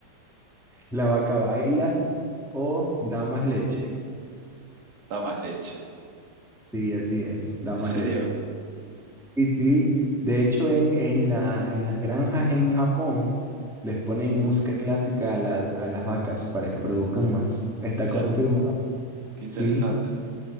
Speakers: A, in the centre; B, on the right (about 80°).
A: La vaca baila. o da más leche.
B: Da más leche.
A: Sí, así es, da
B: ¿En
A: más
B: serio?
A: leche. Y sí, de hecho en, en la, en las granjas en Japón les ponen música clásica a las, a las vacas para que produzcan más. Está
B: Mirá,
A: confirmado.
B: qué interesante.
A: Sí,